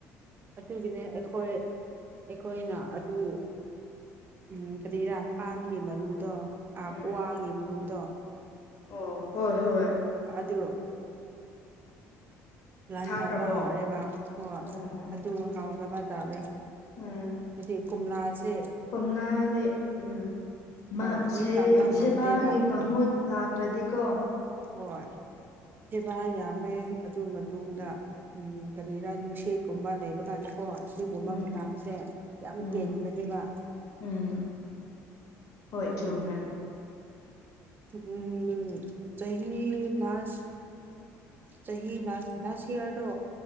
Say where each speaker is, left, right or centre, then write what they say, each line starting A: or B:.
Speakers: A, on the right (about 30°); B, on the left (about 55°).
A: ꯑꯗꯨꯒꯤꯅꯦ ꯑꯩꯈꯣꯏ ꯑꯩꯈꯣꯏꯅ ꯑꯗꯨ ꯎꯝ ꯀꯔꯤꯔꯥ ꯄꯥꯟꯒꯤ ꯃꯔꯨꯗꯣ ꯑꯥꯛꯋꯥꯒꯤ
B: ꯎꯝ
A: ꯃꯔꯨꯗꯣ
B: ꯑꯣ ꯍꯣꯏ ꯍꯣꯏ
A: ꯑꯗꯨ ꯂꯥꯟ
B: ꯊꯥꯈ꯭ꯔꯕꯣ
A: ꯇꯧꯕ ꯍꯥꯎꯔꯦꯕ ꯍꯣꯏ
B: ꯑꯣ ꯑꯣ
A: ꯑꯗꯨ ꯍꯥꯎꯅꯕ ꯇꯧꯔꯦ
B: ꯎꯝ
A: ꯍꯥꯏꯗꯤ ꯀꯣꯝꯂꯥꯁꯦ
B: ꯀꯣꯝꯂꯥꯗꯤ ꯎꯝ ꯃꯥ
A: ꯍꯣꯏ ꯃꯤ
B: ꯁꯦ
A: ꯇꯝꯕ ꯉꯝꯗꯦꯕ
B: ꯁꯦꯕꯥꯒꯤ ꯃꯍꯨꯠ ꯂꯥꯛꯇ꯭ꯔꯗꯤꯀꯣ
A: ꯍꯣꯏ ꯁꯦꯕꯥ ꯌꯥꯝꯃꯦ ꯑꯗꯨ ꯃꯇꯨꯡꯗ ꯎꯝ ꯀꯔꯤꯔꯥ ꯅꯨꯡꯁꯤꯠ ꯀꯨꯝꯕ ꯂꯩꯕ ꯀꯥꯟꯗ ꯀꯣ ꯁꯤꯒꯨꯝꯕ
B: ꯎꯝ
A: ꯃꯇꯝꯁꯦ ꯌꯥꯝ
B: ꯎꯝ
A: ꯀꯦꯟꯕꯅꯦꯕ
B: ꯎꯝ ꯍꯣꯏ
A: ꯑꯗꯨꯒꯤ
B: ꯆꯨꯝꯃꯦ
A: ꯎꯝ ꯆꯍꯤ ꯂꯥꯁ ꯆꯍꯤ ꯂꯥꯁ ꯂꯥꯁ ꯏꯌꯔꯗꯣ